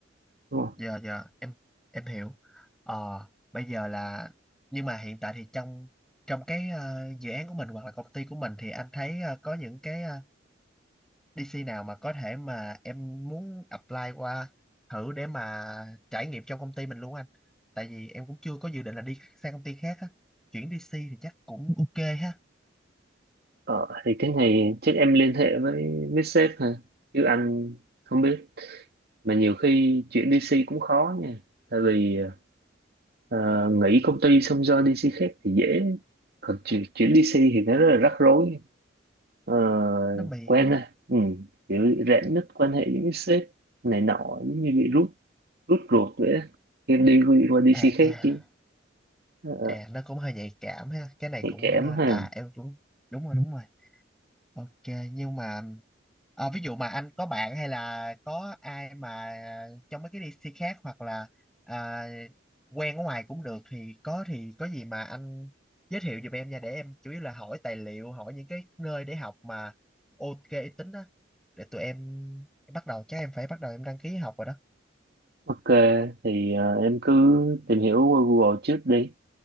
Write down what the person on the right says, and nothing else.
đúng không
ờ, thì cái này chắc em liên hệ với với sếp hả chứ anh không biết mà nhiều khi chuyển DC cũng khó nha tại vì ờ, nghỉ công ty xong do DC khác thì dễ còn chuyển, chuyển DC thì nó rất là rắc rối ờ,
quen thôi ừ. kiểu rạn nứt quan hệ với những sếp này nọ giống như bị rút rút ruột vậy á. em đi qua- đi qua DC
khác chứ ờ, ờ,
nhạy
cảm
ha
ok thì ờ, em cứ tìm hiểu qua Google trước đi